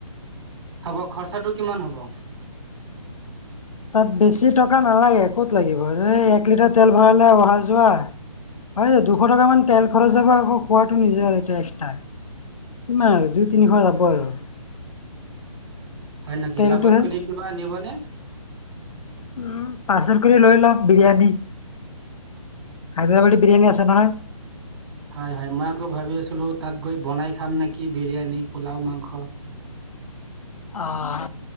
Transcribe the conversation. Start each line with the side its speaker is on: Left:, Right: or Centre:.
Right: হ'ব খৰচাটো কিমান হ'ব?
Left: তাত বেছি টকা নালাগে ক'ত লাগিব এই এক লিটাৰ তেল ভৰালে অহা যোৱা। হয় যে দুশ টকামান তেল খৰচ যাব আকৌ খোৱাটো নিজে আৰু এতিয়া এক্সট্ৰা। কিমান আৰু দুই তিনিশ যাব আৰু।
Right: হয় নেকি
Left: তেলটোহে
Right: লগত কৰি কিবা নিবনে?
Left: উম পাৰ্চেল কৰি লৈ লম বিৰিয়ানী। হাইদৰাবাদী বিৰিয়ানী আছে নহয়।
Right: হয় হয় মই আকৌ ভাবি আছিলো তাত গৈ বনাই খাম নেকি বিৰিয়ানী পোলাও, মাংস।
Left: অঁ